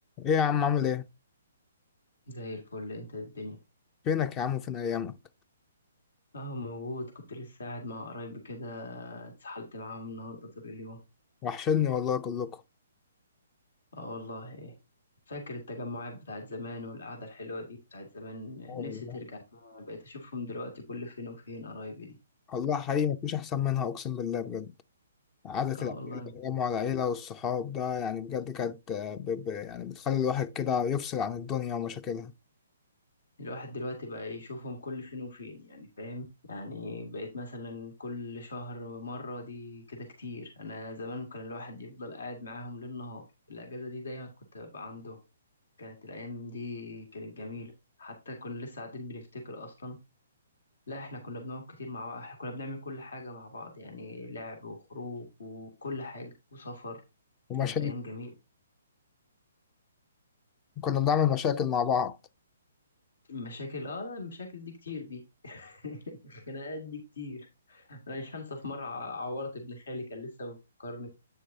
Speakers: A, on the left; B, on the left.
A: ايه يا عم عامل ايه؟
B: زي الفل انت الدنيا
A: فينك يا عم وفين ايامك؟
B: اهو موجود كنت لسه قاعد مع قرايبي كده اتسحلت معاهم النهارده طول اليوم
A: وحشني والله كلكم
B: اه والله فاكر التجمعات بتاعت زمان والقعدة الحلوة دي بتاعت زمان
A: آه والله
B: نفسي ترجع تاني. انا بقيت اشوفهم دلوقتي كل فين وفين قرايبي دي
A: والله حقيقي مفيش احسن منها اقسم بالله بجد قعدة
B: اه
A: العيلة
B: والله
A: تجمع العيلة والصحاب ده يعني بجد كانت آه، ب... ب... يعني بتخلي الواحد كده يفصل عن الدنيا ومشاكلها
B: الواحد دلوقتي بقى يشوفهم كل فين وفين يعني فاهم يعني بقيت مثلا كل شهر مرة دي كده كتير انا زمان كان الواحد يفضل قاعد معاهم ليل نهار الاجازة دي دايما كنت ببقى عندهم كانت الأيام دي كانت جميلة حتى كنا لسه قاعدين بنفتكر أصلا لا إحنا كنا بنقعد كتير مع بعض إحنا كنا بنعمل كل حاجة مع بعض يعني لعب وخروج وكل حاجة وسفر
A: ومشاكل
B: كانت أيام جميلة
A: كنا بنعمل مشاكل مع بعض
B: المشاكل آه لا المشاكل دي كتير دي <laughs> الخناقات دي كتير أنا مش هنسى في مرة ع- عورت ابن خالي كان لسه بيفكرني